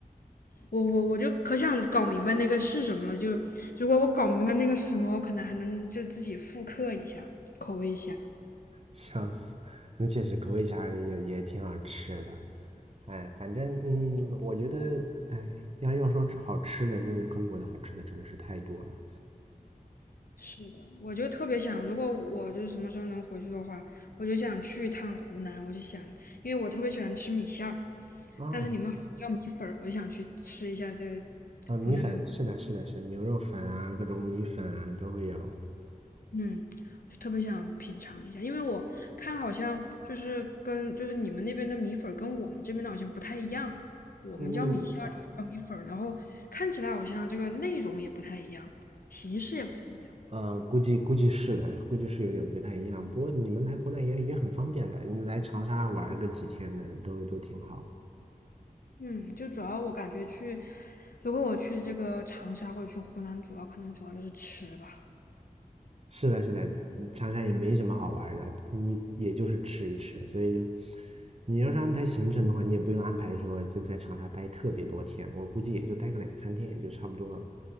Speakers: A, on the left (about 75°); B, on the right (about 45°).
A: 我我我就可想搞明白那个是什么了。就如果我搞明白那个是什么，我可能还能就自己复刻一下口味虾。
B: 笑死，那确实口味虾也也挺好吃的。哎，反正嗯，我觉得哎，要要说吃好吃的，真的中国的好吃的真的是太多了
A: 是的，我就特别想，如果我就是什么时候能回去的话，我就想去一趟湖南。我就想，因为我特别喜欢吃米线儿，
B: 啊
A: 但是你们好像叫米粉儿，我就想去吃一下这
B: 啊！米粉是的，
A: 湖南的
B: 是的，是的牛肉粉啊，各种米粉啊都会有。
A: 嗯，我就特别想品尝一下，因为我看好像就是跟就是你们那边的米粉儿跟我们这边的好像不太一样，我们叫米线儿，
B: 嗯
A: 你们叫米粉儿，然后看起来好像这个内容也不太一样，形式也不太一样。
B: 呃，估计估计是的，估计是有点不太一样。不过你们来湖南也也很方便的，你来长沙玩儿个几天的都都挺好。
A: 嗯，就主要我感觉去，如果我去这个长沙或者去湖南，主要可能主要就是吃吧。
B: 是的，是的，嗯长沙也没什么好玩儿的，你也就是吃一吃，所以就，你要是安排行程的话，你也不用安排说就在长沙待特别多天，我估计也就待个两三天也就差不多了，